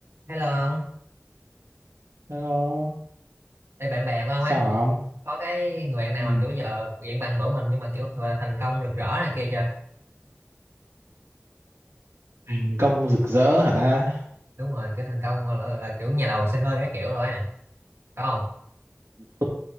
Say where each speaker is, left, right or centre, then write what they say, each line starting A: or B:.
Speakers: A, on the right; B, on the right.
A: hello ông
B: Hello,
A: Ê, bạn bè của ông
B: sao
A: ấy
B: không?
A: có cái người bạn nào
B: Ừ,
A: mà kiểu giờ dạng bằng tuổi mình nhưng mà kiểu gọi là thành công rực rỡ này kia chưa
B: thành công rực rỡ hả ta?
A: đúng rồi kiểu thành công gọi là, gọi là kiểu nhà đầu xe hơi cái kiểu rồi ấy. có không
B: Ừ,